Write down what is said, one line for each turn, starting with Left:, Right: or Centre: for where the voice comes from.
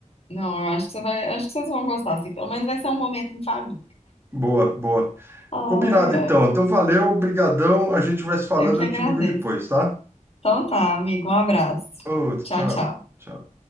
Left: Não, eu acho que você vai, acho que vocês vão gostar, assim. Pelo menos vai ser um momento em família.
Right: Boa, boa.
Left: Ai,
Right: Combinado,
Left: ai.
Right: então. Então, valeu, brigadão. A gente vai se falando,
Left: Eu que agradeço.
Right: eu te ligo depois, tá?
Left: Então tá, amigo, um abraço.
Right: Outro,
Left: Tchau,
Right: tchau.
Left: tchau.
Right: Tchau.